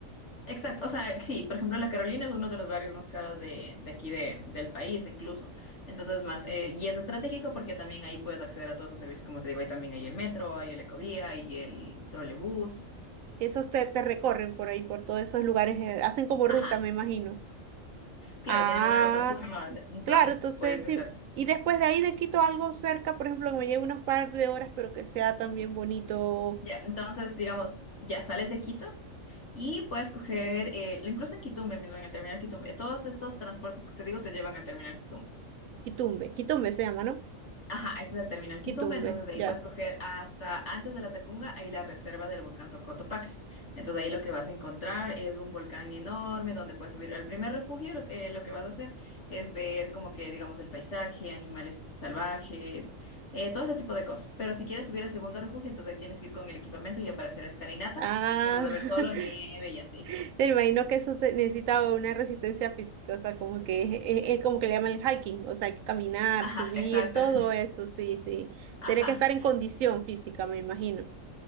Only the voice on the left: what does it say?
Exacto, o sea, sí, por ejemplo, la Carolina es uno de los barrios más caros de, de aquí de, del país incluso. Entonces, más, eh, y es estratégico porque también ahí puedes acceder a todos esos servicios, como te digo, ahí también hay el metro, hay el Ecovía, hay el trolebús.
Ajá,
claro,
tienen una ruta sur-norte, entonces
puedes hacerte.
Ya, entonces, digamos, ya sales de Quito y puedes coger, eh, incluso en Quitumbe mismo, en el terminal Quitumbe, todos estos transportes que te digo te llevan al terminal Quitumbe.
Ajá, ese es el terminal Quitumbe,
entonces de ahí
puedes coger hasta antes de la Tacunga, ahí la reserva del volcán Tocotopaxi. Entonces ahí lo que vas a encontrar es un volcán enorme donde puedes subir. Al primer refugio lo que, lo que vas a hacer es ver como que, digamos, el paisaje, animales salvajes, eh, todo ese tipo de cosas. Pero si quieres subir al segundo refugio, entonces ahí tienes que ir con el equipamiento ya para hacer escalinata
y vas
a ver solo nieve y así.
Ajá,
exacto.
<laughs>
Ajá.